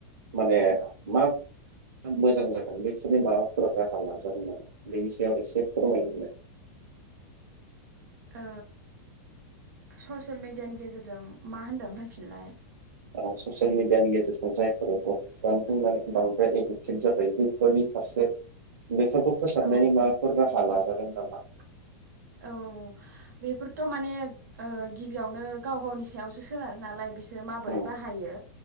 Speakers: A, on the right; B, on the right.
A: माने मा मोजां जागोन बेफोरनि माबाफोर राहा लाजागोन नालाय बेनि सायाव एसे फोरमायनो होनो।
B: ओ ससिल मिडियानि गेजेरजों मा होनदों होनफिनलाय?
A: औ ससियेल मिडियानि गेजेरजों जायफोर गथ'फ्रानो माने बांद्राय एडिक्टेड जाबाय बेैफोरनि फारसे बेफोरखौ फोसाबनायनि
B: औ
A: माबाफोर राहा लाजागोन नामा?
B: औ बेफोरथ' माने ओ गिबियावनो गाव गावनि सायावसो सोनारो नालाय बिसोरो माबोरै
A: औ
B: बाहायो